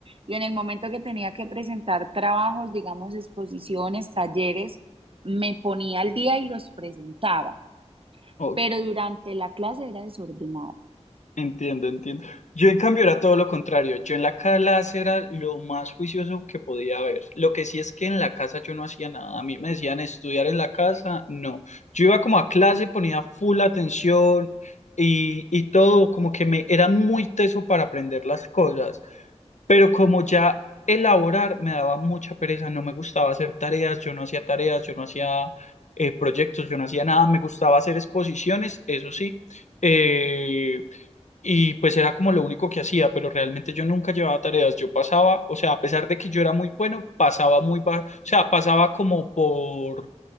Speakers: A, on the right (about 50°); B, on the left (about 85°).
A: y en el momento que tenía que presentar trabajos, digamos, exposiciones, talleres, me ponía al día y los presentaba,
B: ok,
A: pero durante la clase era desordenada.
B: Entiendo, entiendo. Yo en cambio era todo lo contrario. Yo en la clase era lo más juicioso que podía haber. Lo que sí es que en la casa yo no hacía nada. A mí me decían estudiar en la casa, no. Yo iba como a clase, ponía full atención y, y todo, como que me era muy teso para aprender las cosas. Pero como ya elaborar me daba mucha pereza, no me gustaba hacer tareas, yo no hacía tareas, yo no hacía eh, proyectos, yo no hacía nada, me gustaba hacer exposiciones, eso sí. Eh, y pues era como lo único que hacía, pero realmente yo nunca llevaba tareas. Yo pasaba, o sea, a pesar de que yo era muy bueno, pasaba muy bajo, o sea, pasaba como por,